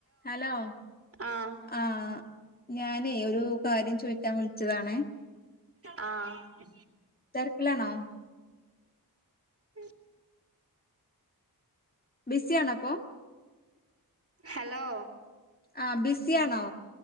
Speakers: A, on the left; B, on the right.
A: ഹലോ
B: ആഹ്
A: ആഹ് ഞാനെ ഒരു കാര്യം ചോയ്ക്കാൻ വിളിച്ചതാണേ
B: ആഹ്
A: തെര്ക്ക്ലണോ
B: <unintelligible>
A: ബിസിയാണൊ ഇപ്പൊ
B: ഹെലോ
A: ആഹ് ബിസിയാണോ